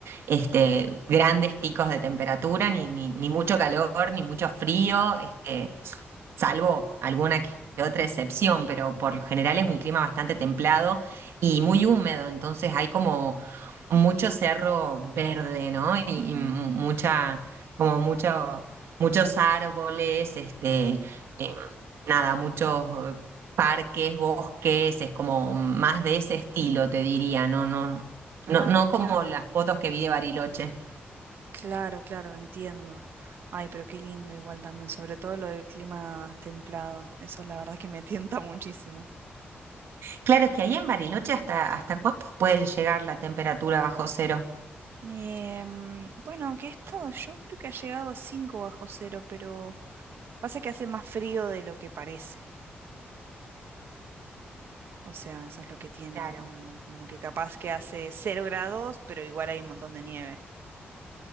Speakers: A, on the right; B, on the right.
A: este, grandes picos de temperatura, ni, ni, ni mucho calor, ni mucho frío. Este, salvo alguna que otra excepción, pero por lo general es un clima bastante templado y muy húmedo, entonces hay como mucho cerro verde, ¿no? Y, y
B: Ujú.
A: mu- mucha, como mucho, muchos árboles, este, eh, nada, muchos eh, parques, bosques, es como más de ese estilo, te diría, no, no, no,
B: Ay,
A: no como
B: claro,
A: las fotos que vi de Bariloche.
B: claro, claro, entiendo. Ay, pero qué lindo igual también, sobre todo lo del clima templado, eso la verdad que me <laughs> tienta muchísimo.
A: Claro, es que ahí en Bariloche hasta, hasta cuánto puede llegar la temperatura bajo cero.
B: Em, bueno, aunque he estado yo, creo que ha llegado a 5 bajo cero, pero pasa que hace más frío de lo que parece. O sea, eso es lo que tiene,
A: Claro.
B: como, como que capaz que hace cero grados, pero igual hay un montón de nieve.